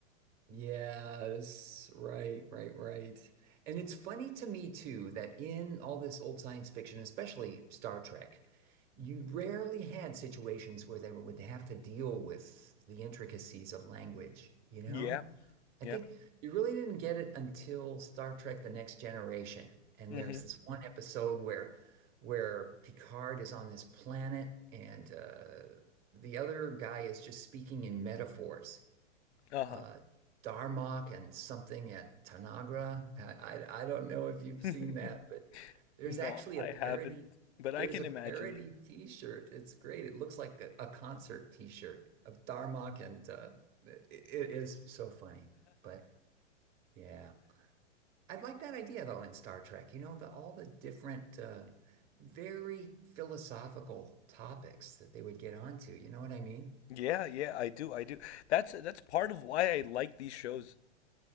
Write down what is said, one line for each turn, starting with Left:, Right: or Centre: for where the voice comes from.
Right: Yes, right, right, right. And it's funny to me too that in all this old science fiction, especially Star Trek, you rarely had situations where they would have to deal with the intricacies of language, you know?
Left: Yeah,
Right: I
Left: yeah.
Right: think you really didn't get it until Star Trek: The Next Generation. And
Left: Mm-hmm.
Right: there's this one episode where where Picard is on this planet and uh, the other guy is just speaking in metaphors.
Left: Uh-huh.
Right: Uh, Darmok and something at Tanagra. I, I I don't know if you've
Left: <laughs>
Right: seen that, but there's
Left: No,
Right: actually
Left: I
Right: a parody.
Left: haven't, but I
Right: There's
Left: can
Right: a parody
Left: imagine it.
Right: T-shirt. It's great. It looks like a, a concert T-shirt of Darmok and uh, it, it is so funny. But yeah. I would like that idea though in Star Trek, you know, the all the different uh very philosophical topics that they would get onto, you know what I mean?
Left: Yeah, yeah, I do, I do. That's that's part of why I like these shows.